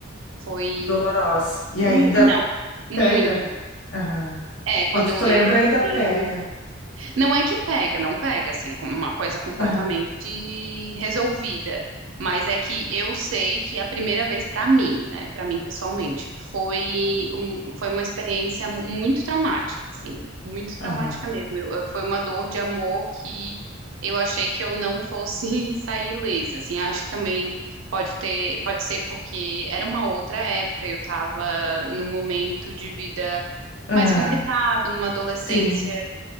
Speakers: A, on the right; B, on the left.
A: foi,
B: Dolorosa. E
A: n-
B: ainda
A: não, muito.
B: pega. Aham.
A: É, quando
B: Quando
A: eu
B: tu
A: lembro,
B: lembra, ainda
A: assim,
B: pega.
A: Não é que pega, não pega, assim, é como uma coisa completamente
B: Aham.
A: resolvida. Mas é que eu sei que a primeira vez pra mim, né, Pra mim pessoalmente, foi um, foi uma experiência muito traumática, assim, muito traumática
B: Aham.
A: mesmo. Eu- eu- foi uma dor de amor que eu achei que eu não fosse <laughs> sair ilesa, assim. Acho que também pode ter, pode ser porque era uma outra época, eu tava num momento de vida
B: Aham.
A: mais complicado, uma adolescência
B: Sim.